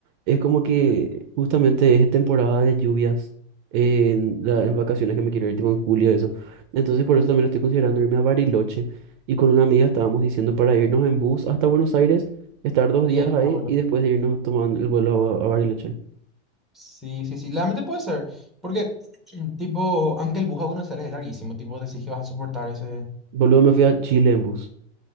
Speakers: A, on the right; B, in the centre.
A: es como que justamente es temporada de lluvias en, la, en vacaciones que me quiero ir, tipo en julio, eso. Entonces por eso también estoy considerando irme a Bariloche. Y con una amiga estábamos diciendo para irnos en bus hasta Buenos Aires, estar dos
B: Y
A: días
B: ahí tomas
A: ahí
B: vuelo.
A: y después de irnos tomando el vuelo a a Bariloche.
B: Sí, sí, sí, realmente puede ser, porque <clears throat> tipo, aunque el bus a Buenos Aires es larguísimo, tipo, decís que vas a soportar ese...
A: Boludo, me fui a Chile en bus.